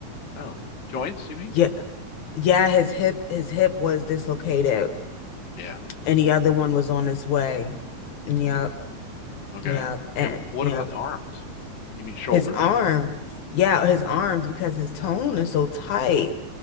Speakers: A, on the left; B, on the left.
A: Oh, joints, you mean?
B: Yeah, yeah, his hip his hip was dislocated
A: Yeah.
B: and the other one was on his way. Yep,
A: Hmm. Okay.
B: yep, and
A: And wh- what
B: yep.
A: about the arms? You mean shoulders?
B: His arms, yeah, his arms, because his tone is so tight,